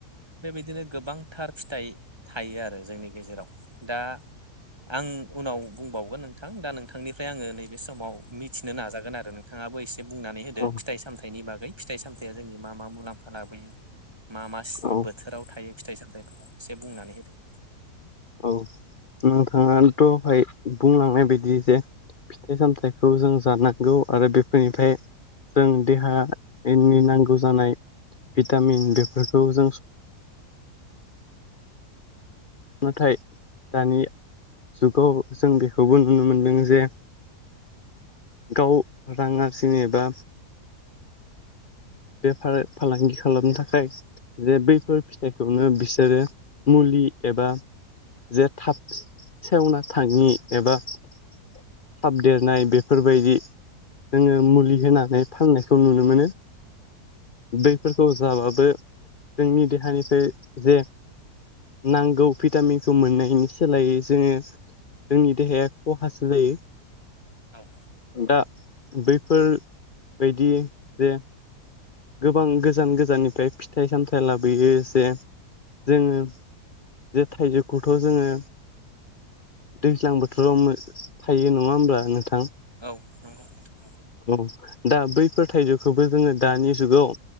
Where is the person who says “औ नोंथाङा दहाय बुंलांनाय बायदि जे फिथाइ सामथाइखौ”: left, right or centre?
Left